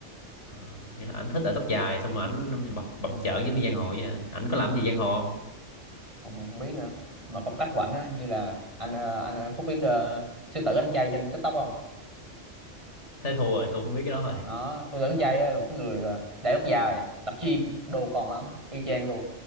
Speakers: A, on the left; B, on the right.
A: Ờ, nghĩa là ảnh thích để tóc dài xong mà ảnh bập bặm trợn giống như giang hồ vậy hả ảnh
B: ừ.
A: có làm gì giang hồ không
B: không không biết nữa mà phong cách của ảnh á như là anh ờ, anh ờ, Phúc biết ờ, sư tử anh trai trên TikTok không
A: thế thua rồi tôi không biết cái đó rồi
B: nó sư tử anh trai á là một cái người ờ, để tóc dài tập gym đồ còn lắm y chang luôn